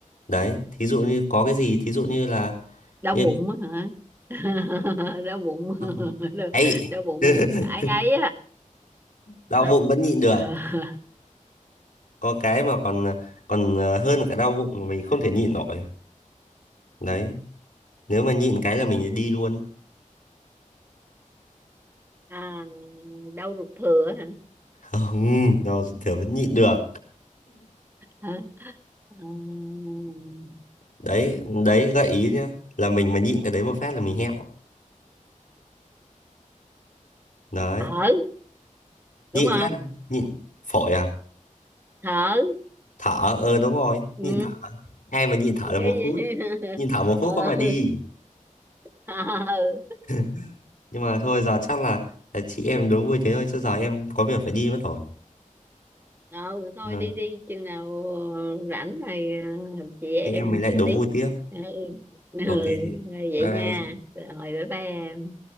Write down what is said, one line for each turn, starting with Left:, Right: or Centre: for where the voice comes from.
Left: đấy thí dụ như có cái gì thí dụ như là
Right: đau
Left: như
Right: bụng á hả <laughs> đau bụng <laughs>
Left: Ok.
Right: đau,
Left: ấy
Right: đau bụng
Left: <laughs>
Right: ấy ấy
Left: đau
Right: hả
Left: bụng vẫn nhịn được
Right: hả <laughs>
Left: có cái mà còn ờ, còn ờ, hơn cả đau bụng mà mình không thể nhịn nổi đấy nếu mà nhịn cái là mình đi luôn
Right: à, đau ruột thừa
Left: <laughs> không đau thường vẫn nhịn được
Right: hả Ừm,
Left: đấy đấy gợi ý nhá là mình mà nhịn cái đấy một phát là mình hẹo đấy
Right: thở
Left: nhịn
Right: đúng không
Left: phát là- nhịn phổi à
Right: thở
Left: thở ờ đúng rồi
Right: ừ.
Left: nhịn thở ai mà nhịn thở được
Right: cái
Left: một phút
Right: gì <laughs>
Left: nhịn thở một phút
Right: ờ
Left: có mà đi
Right: Ờ.
Left: <laughs> nhưng mà thôi giờ chắc là, là chị em đố vui thế thôi chứ giờ em có việc phải đi mất rồi
Right: Ờ, thôi
Left: ừ.
Right: đi đi chừng nào ờ, rảnh rồi ờ, chị em
Left: thì em
Right: mình
Left: mới lại
Right: chơi
Left: đố
Right: tiếp
Left: vui tiếp
Right: ừ. Ừ.
Left: ok chị
Right: Rồi vậy
Left: bye
Right: nha
Left: bye
Right: rồi bye bye em